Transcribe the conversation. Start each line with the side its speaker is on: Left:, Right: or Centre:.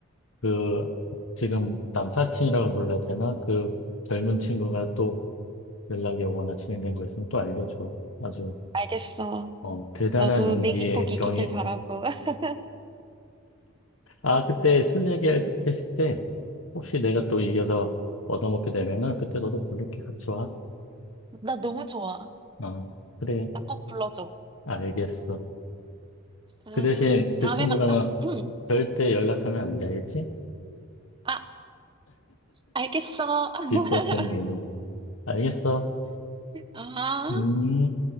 Left: 그 지금 남사친이라고 불러야 되나? 그 젊은 친구가 또 연락이 오거나 진행된 거 있으면 또 알려줘. 아주
Right: 알겠어.
Left: 어, 대단한
Right: 너도
Left: 용기의
Right: 내기 꼭 이기길
Left: 경이.
Right: 바라고. <laughs>
Left: 아, 그때 술 얘기했을 때 혹시 내가 또 이겨서 얻어먹게 되면은 그때 너도 블루키 같이 와.
Right: 나 너무 좋아.
Left: 어, 그래.
Right: 나 꼭 불러줘.
Left: 알겠어.
Right: 음,
Left: 그 대신
Right: 다음에
Left: 그 친구랑은
Right: 만나자. 응.
Left: 절대 연락하면 안 돼. 알겠지?
Right: 아, 알겠어. <laughs>
Left: 비법 공개 후. 알겠어.
Right: 아.
Left: 음.